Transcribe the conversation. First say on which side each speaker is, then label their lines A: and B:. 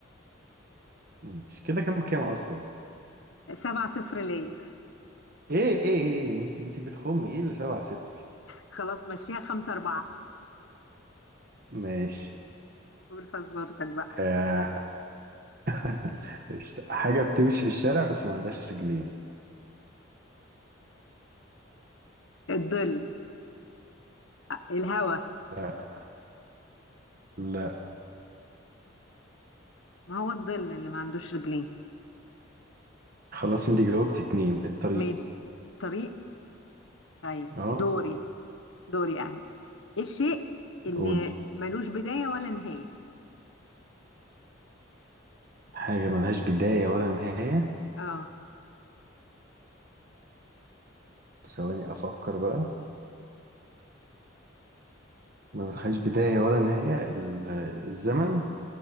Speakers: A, on the right (about 50°); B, on the left (about 80°).
A: ماشي كده كام كام اصلا
B: سبعة صفر ليا
A: ايه ايه ايه انت انت بتخمي ايه اللي سبعة صفر
B: خلاص مشيها خمسة أربعة
A: ماشي
B: قول فزورتك بقى
A: آه. <laughs> قشطة. حاجة بتمشي في الشارع بس ما عندهاش رجلين
B: الظل الهوا
A: لا لا
B: ما هو الظل اللي ما عندوش رجلين
A: خلاص انت جاوبتي اتنين الطريق
B: ماشي الطريق طيب
A: اه
B: دوري دوري أنا الشيء اللي
A: قولي
B: ملوش بداية ولا نهاية
A: حاجة ملهاش بداية ولا نهاية
B: اه
A: ثواني افكر بقى ما ملهاش بداية ولا نهاية ال- الزمن